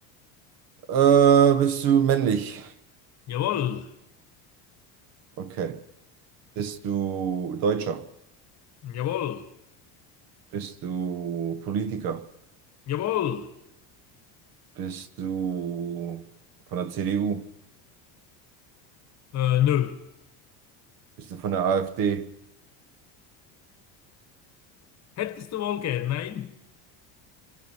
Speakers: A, on the right; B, on the left.
A: Äh, bist du männlich?
B: Jawohl,
A: Okay. Bist du Deutscher?
B: jawohl,
A: Bist du Politiker?
B: jawohl.
A: Bist du von der CDU?
B: Äh, nö.
A: Bist du von der AfD?
B: Hättest du wohl gern? Nein?